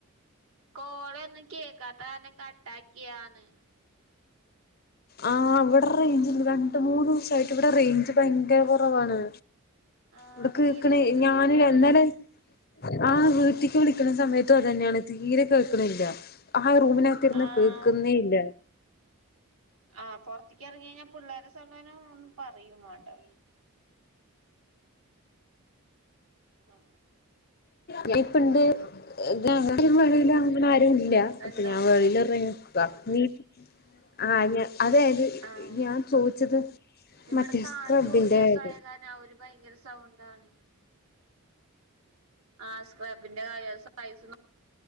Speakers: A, on the right; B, on the left.
A: കോളൊന്നും കേക്കാത്ത കാരണം കട്ടാക്കിയാന്ന്
B: ആ വടെ റേഞ്ച്ണ്ട് രണ്ട് മൂന്നുവസായിട്ട് ഇവിടെ റേഞ്ച് ഭയങ്കര കൊറവാണ്
A: ആഹ്
B: ഇവിടെ കേക്ണേ
A: തീരെ കിട്ട്ണില്ല
B: യ് ഞാനഎ ന്നലെ ആഹ വീട്ടിക്ക് വിളിക്കണ സമയത്തും അതെന്നെണ് തീരെ കേൾക്കണില്ല ആ റൂമിന ത്തിര്ന്ന
A: ആഹ്
B: കേൾക്കുന്നേ ഇല്ല
A: അ പൊറത്തിക്യറങ്ങിയയിഞ്ഞ പിള്ളേരെ സൗണ്ടെന്നെ ഒന്നും പറയും മാണ്ടആ ഓ
B: ഞ് പ്പന്ത് ഗ്രൗണ്ടിലും വെളിലും അങ്ങന ആരുല്യ അപ്പ
A: എന്താ
B: ഞാൻ വെളീലറഞ്ഞയ്ഞ്ഞാ <unintelligible> അതായത്
A: ആഹ്
B: ഞാൻ ചോയ്ച്ചത്
A: ഇവിടെ
B: മറ്റേ
A: താഴ്
B: സ്ക്രബിന്റെ
A: ജൂനിയേഴ്സ്
B: കാര്യം
A: <unintelligible> ഭയങ്കര സൗണ്ടാണ് ആസ്ക്രബ്ബിന്റെ കാര്യം അത് സൈസ് നോ